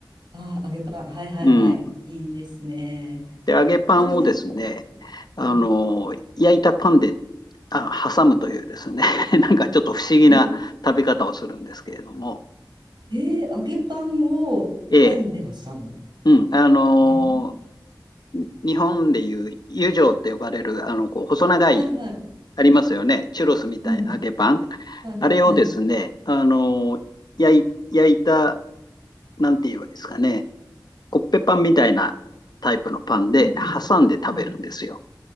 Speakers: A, on the right (about 65°); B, on the left (about 60°).
A: あ、揚げパン、はいはいはい。
B: うん。
A: いいですね。
B: で、揚げパンをですね、
A: あとなんかこ
B: あの、
A: う、うん、
B: 焼いたパンで、あ、挟むというですね、<laughs> なんかちょっと不思議な食べ方をするんですけれども、
A: え、えー揚げパンをパンで挟む。
B: ええ、うん、あの、
A: えー
B: 日本でいう油条って呼ばれる、あの、こう、細長い、
A: はいはい。
B: ありますよね、チュロスみたいな揚げパン。
A: うん、はい、
B: あれをですね、
A: はい。
B: あの、焼い、焼いた、なんて言えばいいですかね、コッペパンみたいなタイプのパンで挟んで食べるんですよ。
A: うんうん。うん。